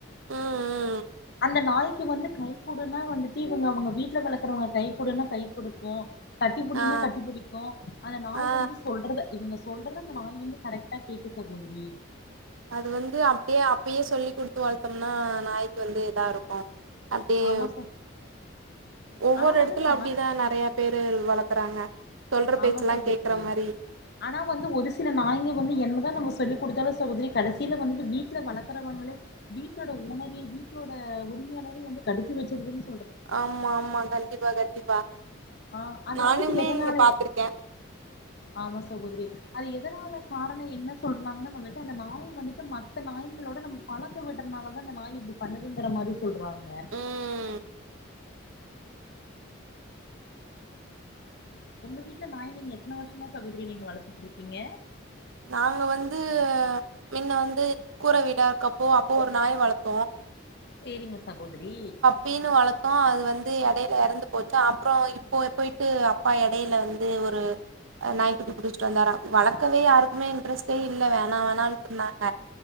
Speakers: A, on the right (about 80°); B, on the left (about 55°).
A: ம் ம்
B: அந்த நாய்க்கு வந்து கை குடுனா வந்துட்டு இவுங்க அவுங்க வீட்ல வளக்குறவங்க கை குடுனா கை குடுக்கு கட்டிப்புடினா
A: ஆ
B: கட்டி புடிக்கு அந்த நாய்
A: ஆ
B: வந்து சொல்றத இவுங்க சொல்றத அந்த நாய் வந்து கரெக்டா கேக்குது சகோதிரி
A: அது வந்து அப்டியே அப்பயே சொல்லி குடுத்து வளத்தோம்னா நாய்க்கு வந்து இதா இருக்கு அப்டியே
B: ஆமா ச
A: ஒவ்வொரு
B: ஆனா
A: இடத்துல
B: வந்து அந்த
A: அப்டிதா
B: நாய்
A: நறையா பேரு வளக்குறாங்க சொல்ற பேச்சுலா
B: ஆமா சகோதரி
A: கேக்குற மாரி
B: ஆனா வந்து ஒரு சில நாய்ங்க வந்து என்னதா நம்ம சொல்லி குடுத்தாலு சகோதிரி கடைசில வந்துட்டு வீட்ல வளக்குறவங்களே வீட்டோட ஓனரே வீட்டோட உரிமையாளரே வந்து கடிச்சு வச்சிருதுனு
A: ஆமா ஆமா கண்டிப்பா கண்டிப்பா
B: ஆ அது
A: நானுமே
B: வந்துட்டு எதனால
A: இங்க பாத்துருக்கே <inaudible>
B: ஆமா சகோதிரி அது எதுனால காரணோ என்ன சொல்றாங்கனா வந்துட்டு அந்த நாய் வந்துட்டு மத் த நாய்ங்களோட நம்ம பழக விடுறதுனால தா இந்த நாய் இப்டி பண்ணதுங்குற மாரி சொல்றாங்க
A: ம்
B: ஒங்க வீட்ல நாய் நீங்க எத்தன வருஷமா சகோதிரி நீங்க வளர்த்துட்ருக்கீங்க
A: நாங்க வந்து மின்ன வந்து கூர வீடா இருக்கும்போ அப்போ ஒரு நாய் வளத்
B: சேரிங்க சகோதிரி
A: மீனு வளத்தோ அது வந்து எடையில எறந்து போச்சா அப்றோ இப்போ பொய்ட்டு அப்பா எடையில வந்து ஒரு நாய்க்குட்டி புடிச்ட்டு வந்தாரா வளக்கவே யாருக்குமே இன்ட்ரெஸ்டே இல்ல வேணா வேணானு சொன்னாங்க